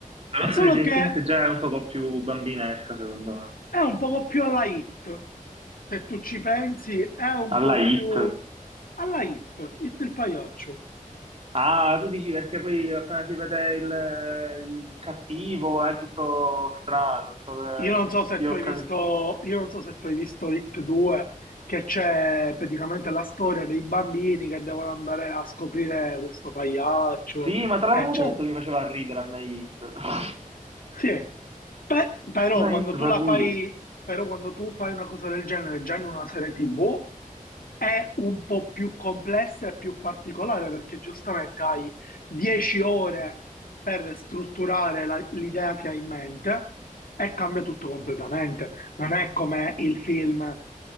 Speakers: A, on the right (about 45°); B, on the left (about 85°).
A: la nostra
B: Solo
A: Stranger
B: che
A: Things già è un poco più bambinesca, secondo me.
B: è un poco più alla hit, se tu ci pensi, è un
A: Alla
B: po'
A: Hit.
B: più alla hit, hit il pagliaccio.
A: Ah, tu dici perché poi appena si vede il, il cattivo è tutto strano, tutto che-
B: Io non so se
A: Sì,
B: tu
A: ho
B: hai
A: capito.
B: visto, io non so se tu hai visto It 2, che c'è praticamente la storia dei bambini che devono andare a scoprire questo pagliaccio,
A: Sì, ma te l'avevo
B: eccetera.
A: detto che mi faceva ridere a me Hit. <laughs>
B: Sì, Pe- però
A: A me
B: quando
A: Hit
B: tu
A: fa
B: la
A: ridere.
B: fai, però quando tu fai una cosa del genere già in una serie TV, è un po' più complessa e più particolare perché giustamente hai 10 ore per strutturare la- l'idea che hai in mente e cambia tutto completamente. Non è come il film